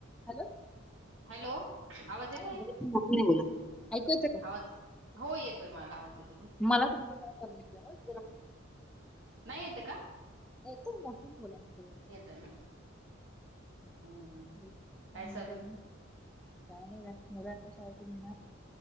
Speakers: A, in the centre; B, on the right (about 75°).
A: Hello
B: hello आवाज येतोय?
A: हा जरा तू मोठ्याने बोला ऐकू येतं का
B: आवाज हो येत मला आवाज येत
A: मला तुमच जरा कमी येतोय जरा
B: नाही येत का?
A: येतो मोठ्याने बोला ना क्लियर.
B: येतोय ना हम्म
A: <unintelligible>
B: काय चालू आहे
A: काही नाही बोला कशा आहे तुम्ही आ